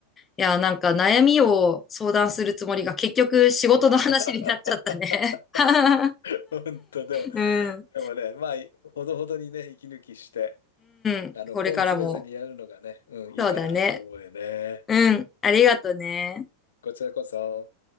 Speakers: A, on the left; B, on the left.
A: いや、なんか悩みを相談するつもりが結局仕事の話になっちゃったね。
B: <laughs>
A: <laughs>
B: 本当、でも、
A: うん。
B: でもね、まあ、ほどほどにね、息抜きして、
A: うん。
B: あの、
A: これからも。
B: 根詰めずにやるのがね、うん、いいかなと思うよね。
A: そうだね。うん。ありがとね。
B: こちらこそ。